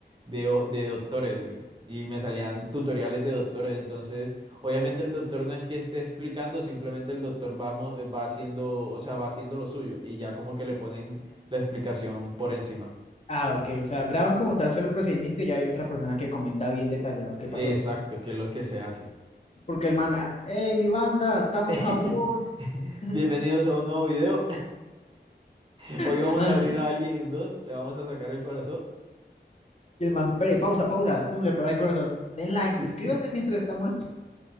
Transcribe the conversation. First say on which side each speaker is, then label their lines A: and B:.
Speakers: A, on the right; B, on the left.
A: de, o- de doctores, güey, y me salían tutoriales de doctores. Entonces, obviamente el doctor no es que esté explicando, simplemente el doctor va, mo- eh, va haciendo, o sea, va haciendo lo suyo y ya como que le ponen la explicación por encima.
B: Ah, ok. O sea, graban como tal solo el procedimiento y ya hay otra persona que comenta bien detallado qué
A: Exacto,
B: pasó.
A: que es lo que se hace.
B: Porque el man, ah, hey, mi banda, estamos
A: <laughs>
B: en Japón. <laughs>
A: Bienvenidos a un nuevo video. <laughs> Hoy vamos
B: Y el man,
A: a abrir a alguien en dos, le vamos a sacar el corazón.
B: y el man, "Pere, pausa, pausa. Pum, le para el corazón. Den like,
A: Sí.
B: suscríbanse mientras estamos.